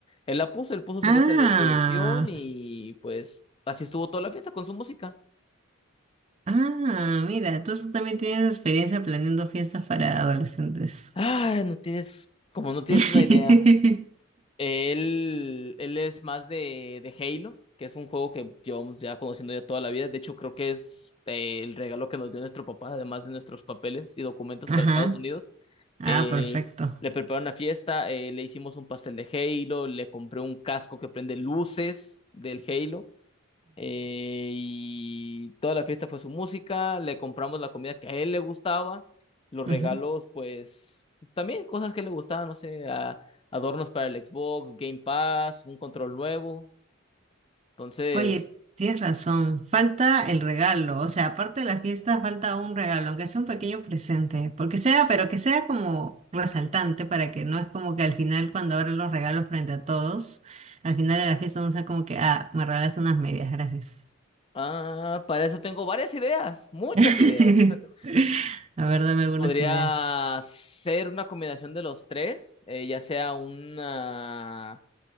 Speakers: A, on the left; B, on the right.
A: Él la puso, él puso su
B: Ah,
A: lista de reproducción y pues así estuvo toda la fiesta con su música.
B: ah, mira, tú también tienes experiencia planeando fiestas para adolescentes.
A: Ay, no tienes, como no tienes
B: <laughs>
A: una idea. Él, él es más de, de Halo, que es un juego que llevamos ya conociendo ya toda la vida. De hecho, creo que es eh, el regalo que nos dio nuestro papá, además de nuestros papeles y documentos
B: Ajá.
A: para Estados Unidos.
B: Ah,
A: Eh,
B: perfecto.
A: le preparé una fiesta, eh, le hicimos un pastel de Halo, le compré un casco que prende luces del Halo eh, y toda la fiesta fue su música, le compramos la comida que a él le gustaba, los regalos,
B: Ujú, ujú.
A: pues también cosas que le gustaban, no sé, a- adornos para el Xbox, Game Pass, un control nuevo. Entonces,
B: Oye, tienes razón. Falta el regalo. O sea, aparte de la fiesta, falta un regalo, aunque sea un pequeño presente. Porque sea, pero que sea como resaltante para que no es como que al final, cuando abres los regalos frente a todos, al final de la fiesta no sea como que, ah, me regalaste unas medias, gracias.
A: ah, para eso tengo varias ideas, muchas
B: <laughs>
A: ideas. <laughs>
B: A ver, dame algunas
A: Podría
B: ideas.
A: ser una combinación de los tres, eh, ya sea una,